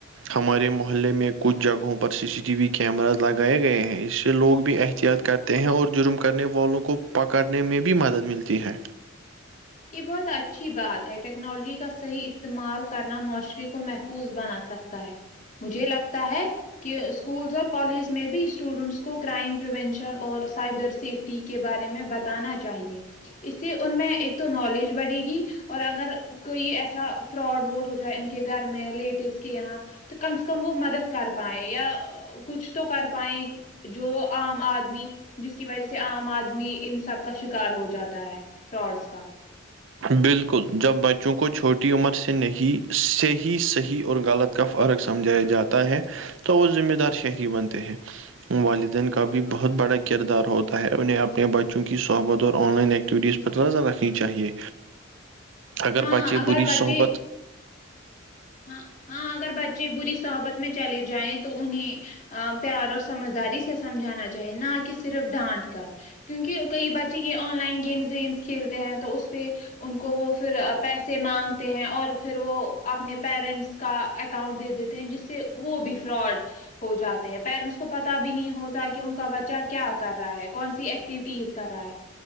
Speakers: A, on the right (about 70°); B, on the left (about 35°).
A: ہمارے محلے میں کچھ جگہوں پر پر C C T V cameras لگائے گئے ہیں اس سے لوگ بھی احتیاط کرتے ہیں اور جرم کرنے والوں کو پکڑنے میں بھی مدد ملتی ہے
B: یہ بہت اچھی بات ہے ٹیکنالوجی کا صحیح استعمال کرنا معاشرے کو محفوظ بنا سک ہے مجھے لگتا ہے کہ اسکولس اور کالج میں بھی اسٹوڈینٹس کو کرائم پرریینشن اور سائبر سیفٹی کے بارے میں بتانا چاہیے اسی ان میں ایک تو نالج بڑھے گی اور اگر کوئی ایسا فراڈ وورڈ ہو جائے ان کے گھر میں ریلیٹیوس کے یہاں تو کم سے کم وہ مدد کر پائے یا کچھ تو کر پائائے جو عام آدمی جس کی وجہ سے عام آدمی ان سب کا شکار ہو جاتا ہے فراڈس کا
A: بالکل جب بچوں کو چھوٹی عمر سے نہیں صحیح صحیح اور غلط کا فرق سمجھایا جاتا ہے تو وہ ذمہ دار شہری بنتے ہیں والدین کا بھی بہت بڑا کردار ہوتا ہے انہیں اپنے بچوں کی صحبت اور آن لائن ایکٹیویٹیز ظ رکھنی چاہیے اگر
B: ہاں
A: بچے بری
B: بچے
A: صحبت
B: ہاں ہاں اگر بچے بری صحبت میں چلے جائیں تو انہیں ا پیار اور سمجھداری سے سمجھانا چاہیے نہ کہ صرف ڈانٹ کر کیونکہ کئی بچے یہ آن لائن گیمز ویمس کھیلتے ہیں تو اس پہ ان کو وہ پھر پیسے مانگتے ہیں اور پھر وہ اپنے پیرنٹس کا اکاؤنٹ دے دیتے ہیں جس سے وہ بھی فراڈ ہو جاتے ہیں پیرنٹس کو پتا بھی نہیں ہوتا کہ ان کا بچہ کیا کر رہا ہے کون سی ایک ایکٹیوٹیز کر رہا ہے